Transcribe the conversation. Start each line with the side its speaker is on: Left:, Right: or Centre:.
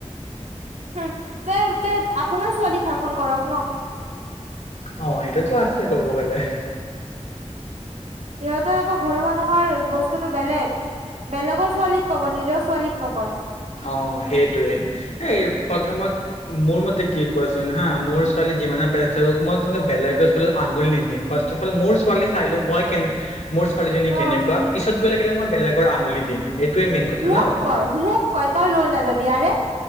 Right: হো তই তই আপোনাৰ ছোৱালী শাসন কৰক ন।
Left: অ এইটো আছে কব গলে।
Right: ইহঁতে আকৌ ঘৰৰ মানুহৰ বস্তুতটো বেলেগ। বেলেগৰ ছোৱালীক ক'ব নিজৰ ছোৱালীক নকয়।
Left: অঁ সেইটোৱে এ প্ৰথমত মোৰ মতে কি কোৱাচোন হাঁ, মোৰ ছোৱালী যিমানে বেয়া থাকক মই কিন্তু বেলেগৰ ছোৱালী আগুলি নিদিম ফাৰ্ষ্ট অফ অল মোৰ ছোৱালী চাইলো মই কেনে মোৰ ছোৱালীজনী কেনেকুৱা,
Right: অ',
Left: পিছত গৈ লাগিলে মই বেলেগৰ আঙুলিত দিম। এইটোৱেই মেইন কথা
Right: মোক
Left: ন।
Right: কয় মোক কয় তই লৈ নাযাবি আৰে